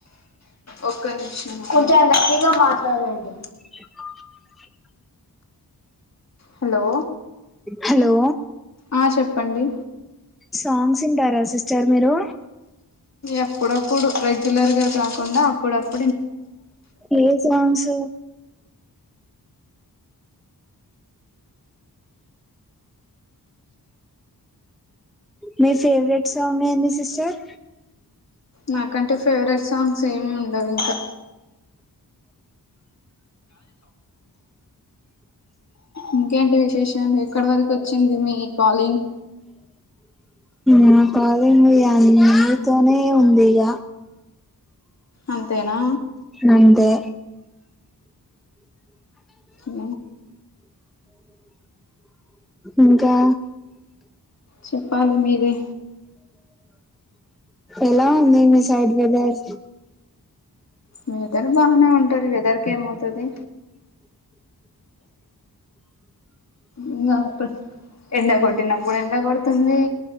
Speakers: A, on the left (about 45°); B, in the centre.
A: ఒక్కనిమిషం కొంచెం గట్టీగా మాట్లాడండి
B: <inaudible>
A: హలో
B: హలో
A: ఆ చెప్పండి
B: సాంగ్స్ ఇంటారా సిస్టర్ మీరు
A: ఎప్పుడప్పుడు రెగ్యులర్ గా కాకుండా అప్పుడప్పు
B: ఏ సాంగ్స్ మీ ఫేవరెట్ సాంగ్ ఏంది సిస్టర్
A: నాకంటే ఫేవరెట్ సాంగ్స్ ఏమి ఉండవు ఇంకా ఇంకేంటి విశేషాలు ఎక్కడి వరకు వచ్చింది మీ కాలింగ్
B: నా కాలింగ్ అన్నితోనే ఉంది ఇగ
A: అంతేనా
B: అంతే
A: ఓకే
B: ఇంకా
A: చెప్పాలి మీరే
B: ఎలా ఉంది మీ సైడ్ వెదర్
A: వెదర్ బానే ఉంటది వెదర్ కేమౌతది ఇంగ అప్పుడు ఎండ గొట్టినప్పుడు ఎండ గొడుతుంది.